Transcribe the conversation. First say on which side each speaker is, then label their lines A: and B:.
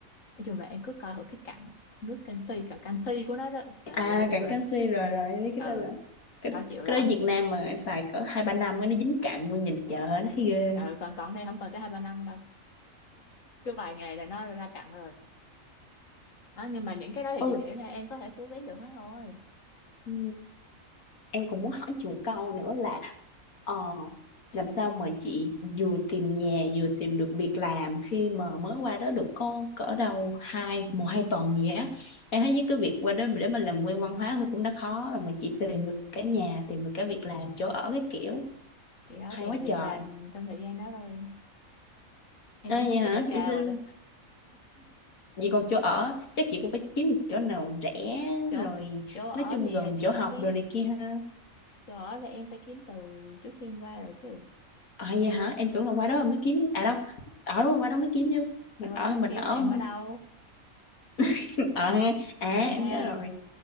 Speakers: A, on the left (about 70°); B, on the left (about 90°).
A: nói chung là em cứ coi thử cái cặn nước canxi cặn canxi của nó đó trời
B: à
A: ơi nói chung
B: cặn
A: là
B: canxi rồi rồi em biết cái
A: ừ
B: đó rồi cái,
A: khó chịu lắm
B: cái đó Việt Nam mà xài cỡ hai ba năm á, nó dính cặn luôn nhìn chợ nó thấy ghê
A: ừ, còn còn đây không còn tới hai ba năm đâu cứ vài ngày là nó ra cặn rồi đó, nhưng mà những cái đó thì
B: Ôi,
A: chị nghĩ là em có thể xử lý được hết thôi
B: ừ. em cũng muốn hỏi chị một câu nữa là ờ, làm sao mà chị vừa tìm nhà vừa tìm được việc làm khi mà mới qua đó được có cỡ đâu hai một hai tuần gì á em thấy với cái việc qua đó để mà làm quen văn hóa thôi cũng đã khó rồi mà chị tìm được cả nhà tìm được cả việc làm chỗ ở cái kiểu
A: chị đâu
B: hay
A: có tìm
B: quá
A: được việc
B: trời
A: làm trong thời gian đó đâu em em
B: à,
A: đánh
B: vậy
A: giá
B: hả
A: chị hơi cao
B: vậy, sao-
A: rồi đó
B: vậy còn chỗ ở chắc chị cũng phải kiếm được chỗ nào rẻ
A: chỗ
B: rồi
A: chỗ ở
B: nói chung
A: thì
B: gần
A: là chị
B: chỗ học
A: kiếm
B: rồi này kia ha
A: chỗ ở là em phải kiếm từ trước khi em qua rồi chứ
B: À vậy hả? Em tưởng là qua đó mới kiếm à đâu. Ở đúng qua đó mới kiếm chứ.
A: em
B: Mình
A: qua
B: ở
A: đó
B: mình
A: kiếm
B: ở
A: thì em ở đâu
B: <laughs> ờ ha. À
A: ở ha
B: em nhớ rồi.